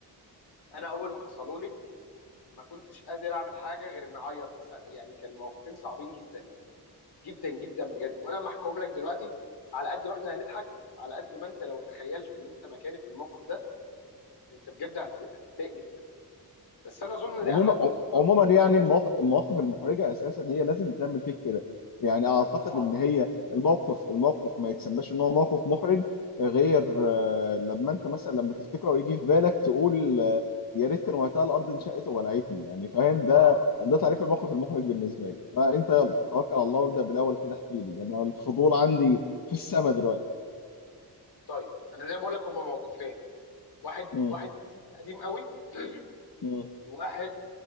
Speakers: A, on the left; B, on the left.
A: انا اول ما حصلوا لي ما كنتش قادر اعمل حاجه غير ان اعيط مثلا يعني كان موقفين صعبين جدا جدا جدا بجد وانا لما احكيهم لك دلوقتي على قد ما احنا هنضحك على قد ما انت لو تخيلت ان انت مكاني في الموقف ده انت بجد هت- هتضايق جدا بدا بس انا اظن
B: عموما
A: دي احد
B: ع-
A: النقاط
B: عموما يعني المواقف المواقف المحرجه اساسا هي لازم بتعمل فيك كده يعني اعتقد
A: اه
B: ان هي الموقف الموقف ما يتسماش ان هو موقف محرج غير آه، لما انت مثلا لما تفتكره ويجي في بالك تقول آه، يا ريت كان وقتها الارض انشقت وبلعتني يعني فاهم ده
A: اه
B: ده تعريف الموقف المحرج بالنسبه لي فانت يلا توكل على الله وابدا بالاول كده احكي لي يعني انا الفضول عندي في السما دلوقتي
A: طيب انا زي ما بقول لك هما موقفين واحد
B: مم.
A: واحد قديم قديم قوي <clears throat>
B: مم.
A: واحد